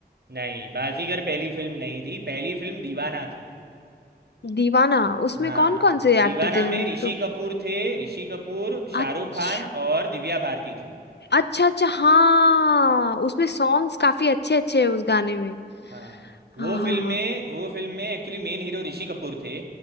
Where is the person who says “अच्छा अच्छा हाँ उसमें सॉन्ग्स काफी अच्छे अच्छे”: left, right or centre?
Left